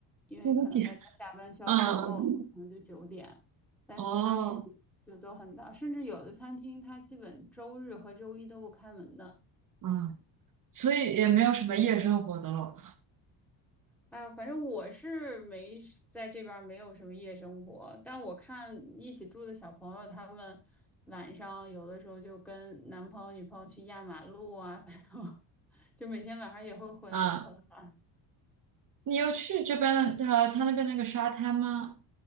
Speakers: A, in the centre; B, on the right.
A: 因为可能大家下班需要采购，
B: 五点。嗯
A: 可能就九点，但其他时间就都很早，
B: 哦
A: 甚至有的餐厅它基本周日和周一都不开门的。
B: 嗯，所以也没有什么夜生活的咯。
A: 哎呦，反正我是没在这边儿没有什么夜生活，但我看一起住的小朋友他们晚上有的时候就跟男朋友、女朋友去压马路啊，反正 <laughs> 就每天晚上也会回来的很晚。
B: 啊，你有去这边的他他那边那个沙滩吗？